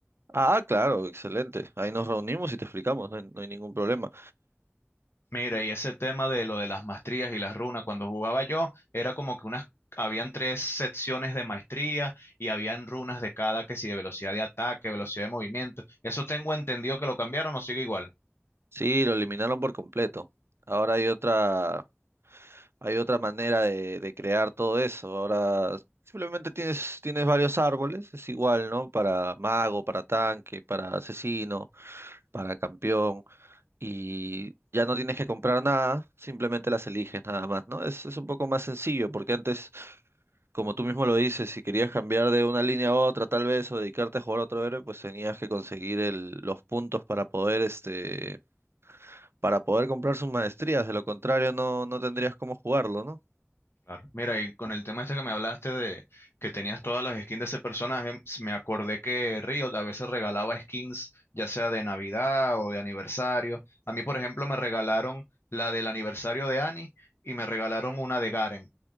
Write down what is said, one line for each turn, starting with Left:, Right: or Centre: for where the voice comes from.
Right: Ah, claro, excelente. Ahí nos reunimos y te explicamos, no hay, no hay ningún problema.
Left: Mira, y ese tema de lo de las maestrías y las runas, cuando jugaba yo, era como que unas, habían tres secciones de maestría y habían runas de cada, que si de velocidad de ataque, velocidad de movimiento. Eso tengo entendido que lo cambiaron o sigue igual.
Right: Sí, lo eliminaron por completo. Ahora hay otra, hay otra manera de, de crear todo eso. Ahora simplemente tienes, tienes varios árboles, es igual, ¿no? Para mago, para tanque, para asesino, para campeón. Y ya no tienes que comprar nada, simplemente las eliges nada más, ¿no? Es, es un poco más sencillo porque antes... como tú mismo lo dices, si querías cambiar de una línea a otra, tal vez, o dedicarte a jugar a otro héroe, pues tenías que conseguir el- los puntos para poder, este, para poder comprar sus maestrías. De lo contrario, no, no tendrías cómo jugarlo, ¿no?
Left: Claro. Mira, y con el tema este que me hablaste de que tenías todas las skins de ese personaje, s- me acordé que Riot a veces regalaba skins, ya sea de Navidad o de aniversario. A mí, por ejemplo, me regalaron la del aniversario de Annie y me regalaron una de Garen.